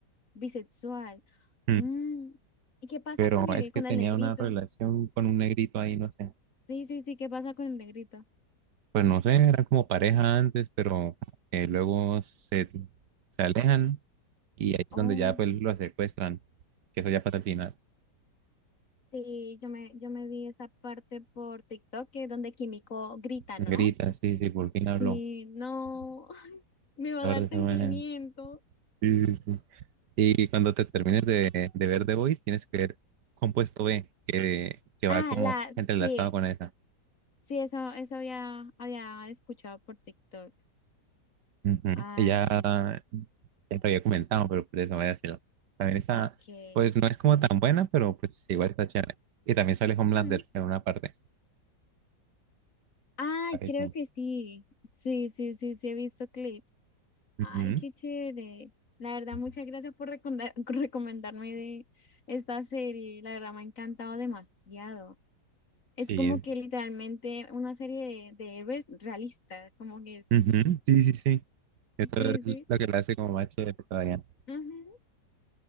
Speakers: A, on the left; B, on the right.
A: Bisexual.
B: Mm.
A: Mm, ¿Y qué pasa
B: Pero
A: con el,
B: es que
A: con
B: tenía
A: el negrito?
B: una relación con un negrito ahí, no sé.
A: Sí, sí, sí, ¿qué pasa con el negrito?
B: Pues no sé, eran como pareja antes, pero eh, luego se, se alejan y ahí es
A: Oh.
B: donde ya pues lo secuestran, que eso ya pasa al final.
A: Sí, yo me, yo me vi esa parte por TikTok que es donde Químico grita,
B: Grita,
A: ¿no?
B: sí, sí, por fin
A: Sí,
B: habló.
A: no, <laughs> me va
B: La
A: a dar
B: verdad, esa
A: sentimiento.
B: manera. Sí, sí, sí. Y cuando te termines de, de ver The Voice, tienes que ver Compuesto B, que, que va
A: Ah,
B: como
A: la,
B: entrelazado
A: sí,
B: con esa.
A: sí, eso, eso había, había escuchado por TikTok.
B: Ujú.
A: Ay,
B: Y Ya, ya lo había comentado, pero por eso voy a decirlo. También está,
A: ok.
B: pues no es como tan buena, pero pues igual está chévere. Y también sale Homelander
A: Mm.
B: en una parte.
A: Ay,
B: parece.
A: creo que sí. Sí, sí, sí, sí, he visto clips. Ay,
B: Ujú,
A: qué chévere. La verdad, muchas gracias por recomenda- <laughs> recomendarme de esta serie. La verdad, me ha encantado demasiado. Es
B: Sí,
A: como
B: es-
A: que literalmente una serie de, de héroes realistas, como que es.
B: ujú, Sí, sí, sí. Esto
A: Sí,
B: es
A: sí.
B: lo que lo hace como más chévere todavía.
A: Ujú.